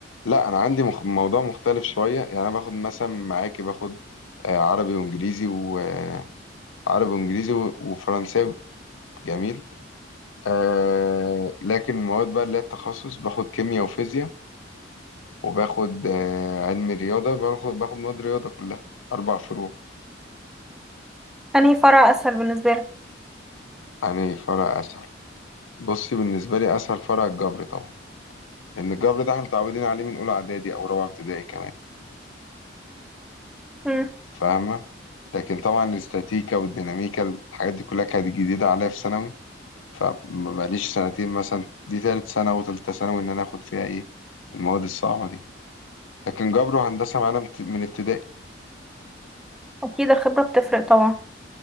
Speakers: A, on the left (about 80°); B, in the centre.
A: لا انا عندي مخ... موضوع مختلف شويه يعني انا باخد مثلا معاكي باخد آه، عربي وانجليزي وعربي وانجليزي و... وفرنساوي جميل آه... لكن المواد بقى اللي هي التخصص باخد كيمياء وفيزياء وباخد آه... علم رياضه باخد باخد مواد رياضه كلها اربع فروع
B: انهي فرع اسهل بالنسبة لك؟
A: يعني فرع اساسي بصي بالنسبة لي أسهل فرع الجبر طبعا لأن الجبر ده احنا متعودين عليه من أولى إعدادي أو رابعة ابتدائي كمان
B: مم.
A: فاهمة لكن طبعا الاستاتيكا والديناميكا الحاجات دي كلها كانت جديدة عليا في ثانوي فمبقاليش سنتين مثلا دي تالت سنة وتالتة ثانوي إن أنا آخد فيها إيه المواد الصعبة دي لكن جبر وهندسة معانا مت- من ابتدائي
B: اكيد الخبرة بتفرق طبعا